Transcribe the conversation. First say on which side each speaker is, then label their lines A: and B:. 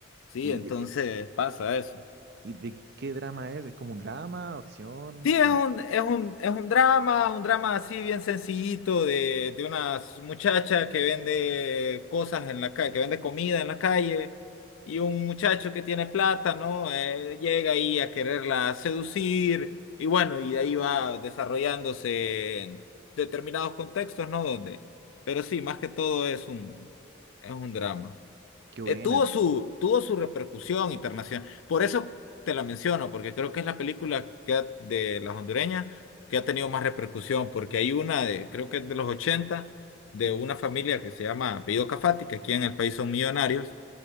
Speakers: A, on the left; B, on the right.
A: sí,
B: ¿Y
A: entonces
B: de, eh,
A: pasa eso.
B: y de qué drama es? ¿Es como un drama, acción?
A: Sí, es
B: come-
A: un, es un, es un drama, un drama así bien sencillito de, de una muchacha que vende cosas en la calle, que vende comida en la calle, y un muchacho que tiene plata, ¿no? Eh, llega ahí a quererla seducir, y bueno, y de ahí va desarrollándose en determinados contextos, ¿no? Donde, pero sí, más que todo es un, es un drama
B: Qué buena.
A: eh, tuvo su, tuvo su repercusión internacional. Por eso te la menciono, porque creo que es la película que ha- de las hondureñas que ha tenido más repercusión, porque hay una de, creo que es de los 80 de una familia que se llama Apellido Cafati, que aquí en el país son millonarios,